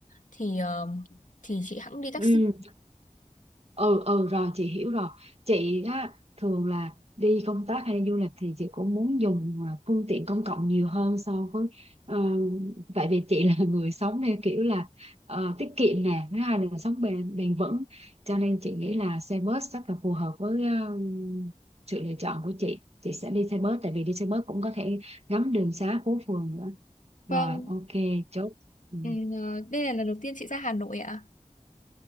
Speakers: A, on the left; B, on the right.
A: thì ờ, thì chị hẵng đi taxi.
B: ừ ừ ừ rồi chị hiểu rồi chị á thường là đi công tác hay đi du lịch thì chị cũng muốn dùng à, phương tiện công cộng nhiều hơn so với ờ, tại vì chị <laughs> là người sống theo kiểu là ờ, tiết kiệm nè thứ hai là sống bền bền vững cho nên chị nghĩ là xe bus rất là phù hợp với ờ, sự lựa chọn của chị chị sẽ đi xe bus tại vì đi xe bus cũng có thể ngắm đường xá phố phường nữa rồi
A: Vâng,
B: ok chốt ừ.
A: ừ, ờ, đây là lần đầu tiên chị ra Hà Nội ạ.